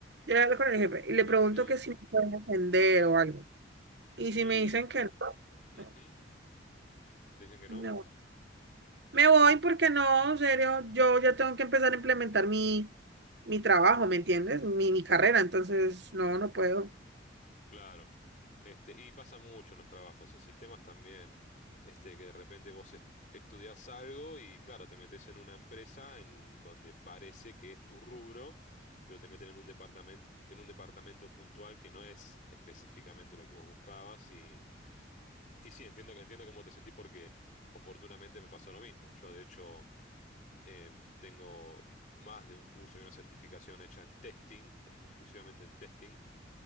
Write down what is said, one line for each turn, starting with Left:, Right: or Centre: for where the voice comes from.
Right: Yo voy a hablar con el jefe y le
Left: Y
Right: pregunto
Left: sí.
Right: que si me pueden atender o algo. Y si
Left: Y
Right: me dicen que no,
Left: ujú,
Right: no,
Left: si te dicen que no,
Right: me Me voy porque no, en serio, yo ya tengo que empezar a implementar mi, mi trabajo, ¿me entiendes? Mi, mi carrera, entonces no, no puedo.
Left: claro. Este, y pasa mucho en los trabajos, en sistemas también. Este, que de repente vos est- estudiás algo y claro, te metes en una empresa en donde parece que es tu rubro, pero te meten en un departamento, en un departamento puntual que no es específicamente lo que vos buscabas. Y, y sí, entiendo, entiendo cómo te sentís porque oportunamente me pasó lo mismo. Yo, de hecho. Em, tengo más de un curso y una certificación hecha en testing, ex- exclusivamente en testing.